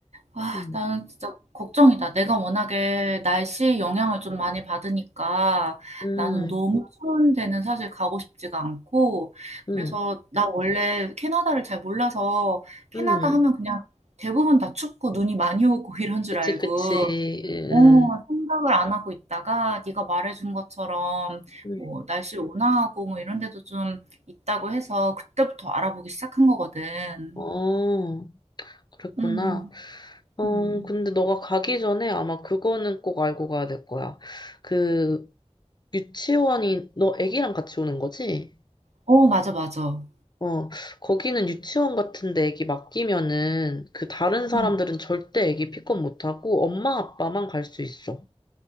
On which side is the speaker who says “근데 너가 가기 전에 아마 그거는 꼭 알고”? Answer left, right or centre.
Left